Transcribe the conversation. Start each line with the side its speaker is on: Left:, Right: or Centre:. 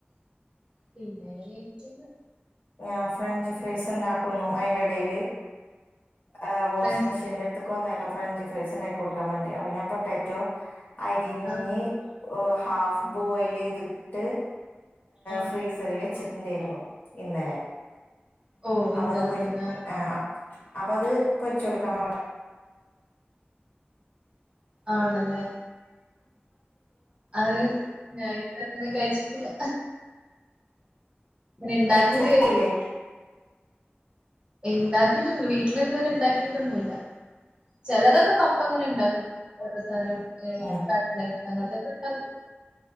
Right: പിന്നെ അങ്ങനെ ഇരിക്കുന്ന
Left: ഞാൻ ഫ്രഞ്ച് ഫ്രീസ് ഉണ്ടാക്കുന്നു അയ്ന്റെ ഇടെൽ ആഹ് വാഷിംഗ്
Right: ഫ്രണ്ട്സ്
Left: മെഷീന്റെ ത്തക്ക് വന്നേക്കാം ഫ്രഞ്ച് ഫ്രൈസ് ഉണ്ടാക്കി കൊടുക്കാൻ വേണ്ടി അപ്പൊ ഞാൻ പൊട്ടാറ്റോ അരിഞ്
Right: ആഹ്
Left: ഹാഫ്
Right: ഉം
Left: ബോയിൽ യ്തിട്ട്
Right: ആഹ്
Left: ഫ്രീസറിൽ വെച്ചിട്ടുണ്ടായിരുന്നു ഇന്നലെ
Right: ഓ ഇന്നലെ
Left: അപ്പ അത് പൊ
Right: തന്നെ
Left: ആഹ് അപ്പൊ അത് പൊരിച്ച കൊടുക്കാൻ പറ
Right: ആണല്ലേ അയ് ഞാൻ അങ്ങനെ കഴിച്ചിട്ടില്ല ങ്ങനെ ഉണ്ടാക്കിട്ട്
Left: കഴിക്കില്ലേ
Right: ഉണ്ടാക്കിട്ടൊന്നില്ല വീട്ടില ഇതുവരെ ഉണ്ടാക്കിയിട്ടൊന്നുല്ല ചിലതൊക്കെ പപ്പ അങ്ങനെ ഉണ്ടാക്കും ഓരോ സധനം
Left: ഉം
Right: കട്ട്ലൈറ്റ് അങ്ങനത്തെക്കെ ഉണ്ടാക്കും